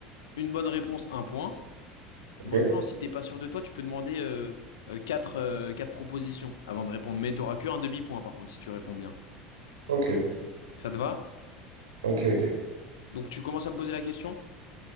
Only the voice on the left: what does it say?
une bonne réponse, un point.
Maintenant, si t'es pas sûr de toi, tu peux demander euh, euh, quatre, euh, quatre propositions avant de répondre. Mais t'auras que un demi-point par contre si tu réponds bien.
Ça te va?
Donc tu commences à me poser la question?